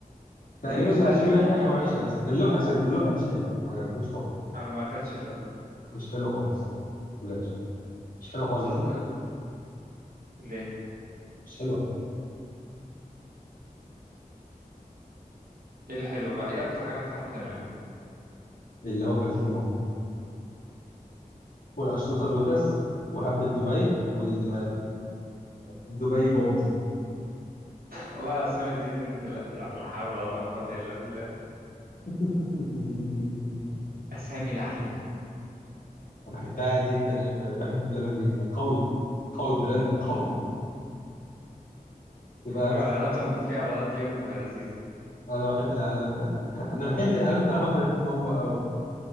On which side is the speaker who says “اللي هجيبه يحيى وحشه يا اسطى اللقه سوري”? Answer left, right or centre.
Left